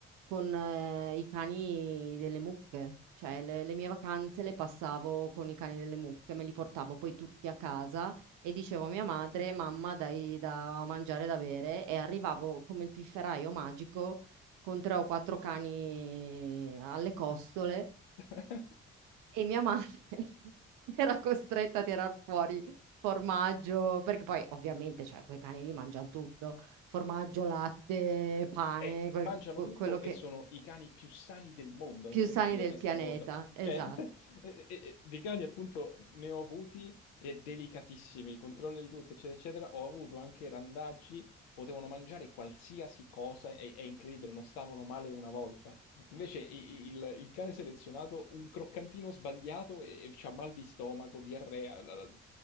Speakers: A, on the right; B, on the left.
A: con eh, i cani delle mucche. Cioè le, le mie vacanze le passavo con i cani delle mucche, me li portavo poi tutti a casa e dicevo a mia madre, mamma, dai da mangiare e da bere e arrivavo come il pifferaio magico con tre o quattro cani alle costole
B: <laughs>
A: e mia madre <laughs> era costretta a tirar fuori formaggio, perché poi ovviamente, cioè, quei cani lì mangiano tutto, formaggio, latte, pane,
B: e
A: quel-
B: mangiano
A: que-
B: tutto
A: quello
B: e
A: che
B: sono i cani più sani del mondo. È
A: più
B: incredibile
A: sani del
B: questa
A: pianeta,
B: cosa.
A: esatto.
B: Cioè, <laughs> e- e- e di cani appunto ne ho avuti e delicatissimi, controllo di tutto, eccetera, eccetera. Ho avuto anche randaggi, potevano mangiare qualsiasi cosa, è, è incredibile, non stavano male una volta. Invece i- i- il, il cane selezionato, un croccantino sbagliato e, e c'ha mal di stomaco, diarrea, la- la-